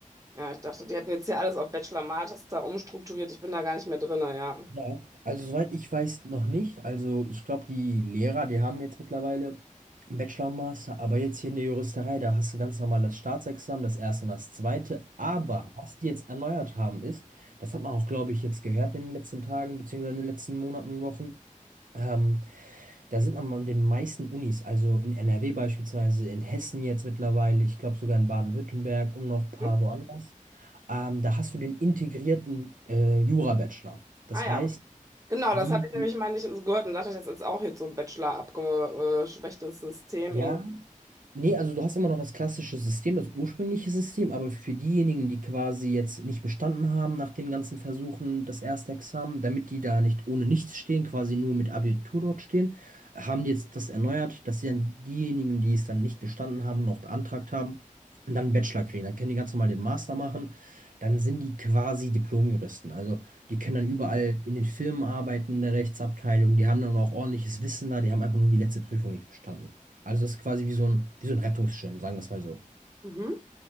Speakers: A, on the right; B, on the right.
A: Ja, ich dachte, die hätten jetzt hier alles auf Bachelor-Master umstrukturiert. Ich bin da gar nicht mehr drin, ja.
B: ja. Also soweit ich weiß, noch nicht. Also ich glaube, die Lehrer, die haben jetzt mittlerweile einen Bachelor und Master, aber jetzt hier in der Juristerei, da hast du ganz normal das Staatsexamen, das erste und das zweite. Aber was die jetzt erneuert haben, ist, das hat man auch, glaube ich, jetzt gehört in den letzten Tagen, beziehungsweise in den letzten Monaten und Wochen, ähm, Da sind an den meisten Unis, also in NRW beispielsweise, in Hessen jetzt mittlerweile, ich glaube sogar in Baden-Württemberg und noch ein paar
A: Hm?
B: woanders, ähm, da hast du den integrierten äh, Jura-Bachelor. Das
A: Ah ja,
B: heißt,
A: genau,
B: die,
A: das habe ich nämlich mal nicht so gehört und dachte, das ist auch jetzt so ein Bachelor abgeschwächtes System
B: ja,
A: irgendwie.
B: Nee, also du hast immer noch das klassische System, das ursprüngliche System, aber für diejenigen, die quasi jetzt nicht bestanden haben nach den ganzen Versuchen, das erste Examen, damit die da nicht ohne nichts stehen, quasi nur mit Abitur dort stehen, haben die jetzt das erneuert, dass sie dann diejenigen, die es dann nicht bestanden haben und auch beantragt haben, dann einen Bachelor kriegen. Dann können die ganz normal den Master machen, dann sind die quasi Diplom-Juristen. Also die können dann überall in den Firmen arbeiten, in der Rechtsabteilung, die haben dann auch ordentliches Wissen da, die haben einfach nur die letzte Prüfung nicht bestanden. Also das ist quasi wie so ein, wie so ein Rettungsschirm, sagen wir es mal so.
A: Mhm.